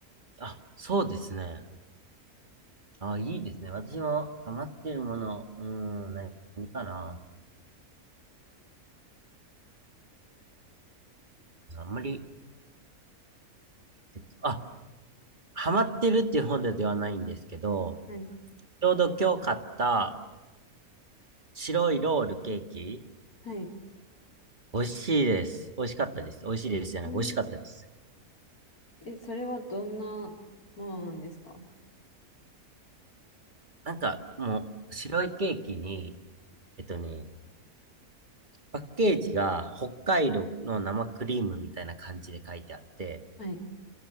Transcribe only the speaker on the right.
あ、そうですね。あ、いいですね。私もハマってるもの、うーん、何何かな。あんまり、えっとあ、ハマってるっていうほどではないんですけど、
ちょうど今日買った白いロールケーキ、
美味しいです。美味しかったです。美味しいですじゃなく、
美味しかったです。
なんか、もう、白いケーキに、えっとね、パッケージが北海道の生クリームみたいな感じで書いてあって、